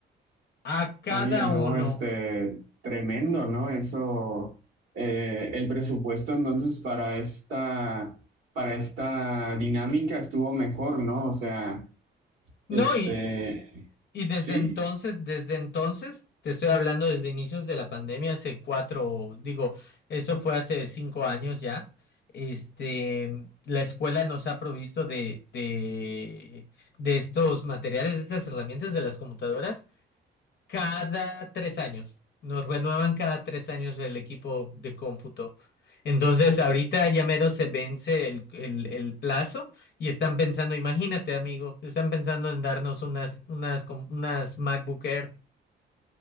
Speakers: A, on the left; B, on the right.
A: a cada
B: Oye, no,
A: uno.
B: este, tremendo, ¿no? Eso, eh, el presupuesto entonces para esta, para esta dinámica estuvo mejor, ¿no? O sea,
A: No,
B: este,
A: y, Y desde
B: sí.
A: entonces, desde entonces, te estoy hablando desde inicios de la pandemia, hace cuatro, digo, eso fue hace cinco años ya. Este, la escuela nos ha provisto de, de, de estos materiales, de estas herramientas de las computadoras cada tres años. Nos renuevan cada tres años el equipo de cómputo. Entonces, ahorita ya mero se vence el, el- el plazo y están pensando, imagínate, amigo, están pensando en darnos unas, unas, com- unas MacBook Air.